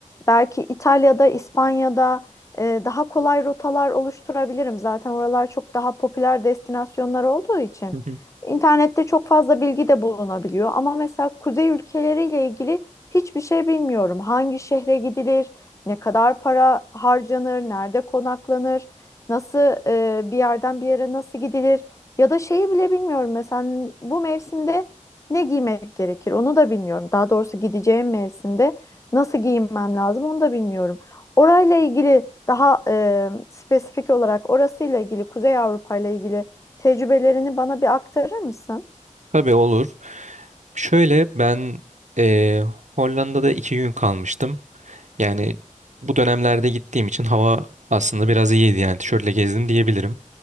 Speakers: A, on the left (about 25°); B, on the right (about 65°).
A: Belki İtalya'da, İspanya'da e, daha kolay rotalar oluşturabilirim. Zaten oralar çok daha popüler destinasyonlar olduğu için.
B: Hı hı.
A: İnternette çok fazla bilgi de bulunabiliyor ama mesela kuzey ülkeleriyle ilgili hiçbir şey bilmiyorum. Hangi şehre gidilir, ne kadar para harcanır, nerede konaklanır, nasıl e, bir yerden bir yere nasıl gidilir ya da şeyi bile bilmiyorum. Mesela bu mevsimde ne giymek gerekir onu da bilmiyorum. Daha doğrusu gideceğim mevsimde nasıl giyinmem lazım onu da bilmiyorum. Orayla ilgili daha e, spesifik olarak orasıyla ilgili Kuzey Avrupa ile ilgili Tecrübelerini bana bir aktarır mısın?
B: Tabii olur. Şöyle ben eee, Hollanda'da iki gün kalmıştım. Yani bu dönemlerde gittiğim için hava aslında biraz iyiydi yani tişörtle gezdim diyebilirim.